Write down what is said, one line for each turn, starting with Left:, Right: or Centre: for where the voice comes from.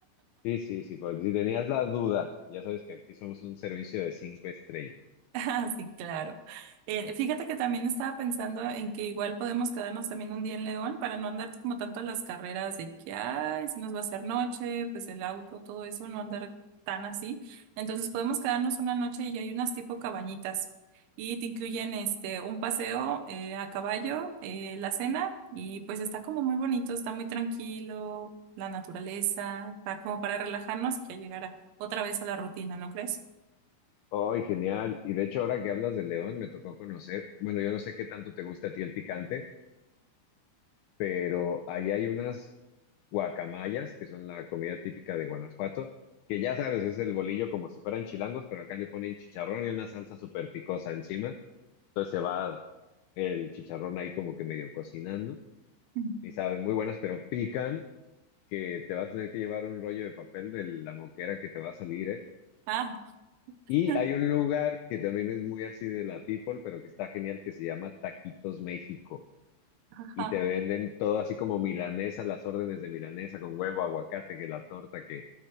Left: Sí, sí, sí, por si tenías la duda, ya sabes que aquí somos un servicio de cinco estrellas.
Right: <laughs> Ah, sí, claro. Eh, fíjate que también estaba pensando en que igual podemos quedarnos también un día en León para no andar como tanto a las carreras de que, ay, si nos va a hacer noche, pues el auto, todo eso, no andar tan así. Entonces podemos quedarnos una noche y hay unas tipo cabañitas y te incluyen este un paseo eh, a caballo, eh, la cena y pues está como muy bonito, está muy tranquilo, la naturaleza, para, como para relajarnos y ya llegar a- otra vez a la rutina, ¿no crees?
Left: ¡Ay, genial! Y de hecho, ahora que hablas de León, me tocó conocer, bueno, yo no sé qué tanto te gusta a ti el picante pero ahí hay unas guacamayas, que son la comida típica de Guanajuato, que ya sabes, es el bolillo como si fueran chilangos, pero acá le ponen chicharrón y una salsa súper picosa encima. Entonces se va el chicharrón ahí como que medio cocinando
Right: Mm.
Left: y saben muy buenas, pero pican, que te vas a tener que llevar un rollo de papel de la moquera que te va a salir, ¿eh?
Right: Ah,
Left: Y
Right: <laughs>
Left: hay un lugar que también es muy así de la people, pero que está genial, que se llama Taquitos México.
Right: ajá.
Left: y te venden todo así como milanesa, las órdenes de milanesa con huevo, aguacate, que la torta, que